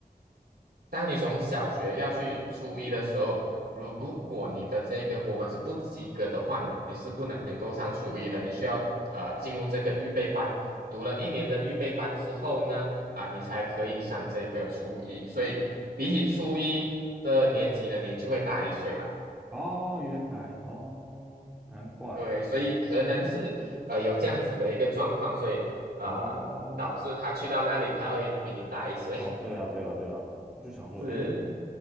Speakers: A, on the right; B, in the centre.
A: 当你从小学要去初一的时候，如果你的这个国文是不及格的话，你是不能够上初一的，你需要呃进入这个预备班，读了一年的预备班之后呢，啊、你才可以上这个初一。所以比起初一的年级呢，你就会大一岁啦。
B: 哦，原来哦，难怪
A: 对，所以可能是呃有这样子的一个状况，所以啊、
B: 哦
A: 呃导致他去到那里他会比你大一岁，
B: 哦，对啊，对啊，对啊，我就想说，
A: <laughs> 是
B: 诶，